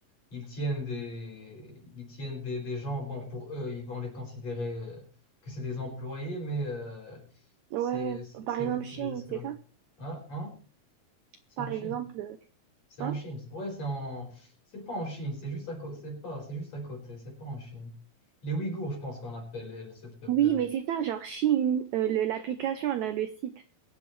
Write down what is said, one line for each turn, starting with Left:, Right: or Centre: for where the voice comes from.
Left: ils tiennent des, ils tiennent des, des gens, bon, pour eux, ils vont les considérer euh, que c'est des employés, mais euh,
Right: Ouais,
Left: c'est c'est- c'est-
Right: par exemple
Left: c'est
Right: Chine,
Left: des esclaves.
Right: c'est ça?
Left: Ah, hein? C'est
Right: Par
Left: en Chine.
Right: exemple, euh,
Left: C'est en
Right: hein?
Left: Chine. Ouais, c'est en. C'est pas en Chine, c'est juste à côté. C'est pas, c'est juste à côté, c'est pas en Chine. Les Ouïghours, je pense qu'on appelle euh, ce peuple.
Right: Oui, mais c'est ça, genre Chine, euh, le- l'application là, le site